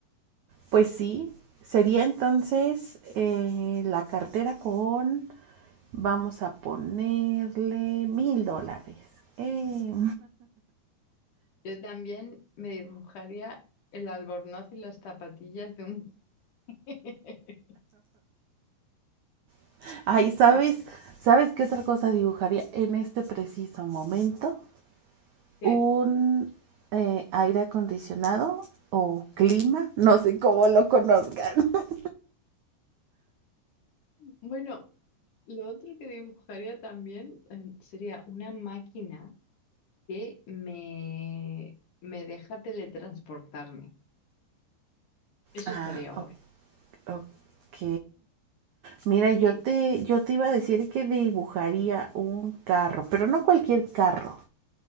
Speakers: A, on the right (about 75°); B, on the left (about 55°).
A: Pues sí, sería entonces eh, la cartera con, vamos a ponerle mil dólares. Eh,
B: Yo también me dibujaría el albornoz y las zapatillas de un... <laughs>
A: <laughs> Ay,
B: Quizá
A: ¿sabes? ¿Sabes qué otra cosa dibujaría en este preciso momento?
B: que
A: Un eh, aire acondicionado o clima, no sé cómo lo conozcan. <laughs>
B: Bueno, lo otro que dibujaría también em, sería una máquina que me, me deja teletransportarme. Eso
A: Ah,
B: estaría guay.
A: o- ok. Mira, yo
B: Sí,
A: te, yo te iba a decir que dibujaría un carro, pero no cualquier carro.